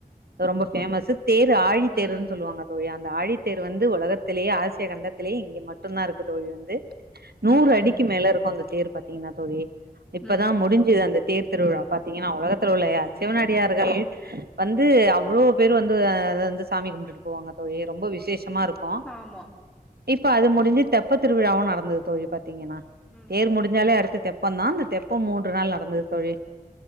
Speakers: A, on the right; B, in the centre.
A: ரொம்ப ஃபேமஸ்சு தேரு ஆழி
B: ம் ம்
A: தேருன்னு சொல்லுவாங்க தோழி அந்த ஆழித்தேரு வந்து உலகத்திலேயே ஆசிய கண்டத்திலேயே இங்கே மட்டுந்தா இருக்கு தோழி வந்து நூறு
B: ம்
A: அடிக்கு மேலருக்கு அந்த தேர் பாத்தீங்ன்னா தோழி இப்பதா
B: ம்
A: முடிஞ் சு ஒஅந்த தேர் திருவிழா பாத்தீங்கன்னா உலகத்துல்ல உள்ள சிவனடியார்கள் வந்து அவ்ளோ பேரு வந்து அ அது வந்து சாமி கும்பிட்டுட்டு போவாங்க தோழி ரொம்ப விசேஷமா இருக்கு
B: ஆமா
A: இப்ப அது முடிஞ்சி தெப்பத்திருவிழாவு நடந்தது தோழி பாத்தீங்கன்னா
B: ம்
A: தேர் முடிஞ்சாலே அடுத்து தெப் பந்தா அந்த தெப்பம் மூன்று நாள் நடந்தது தோழி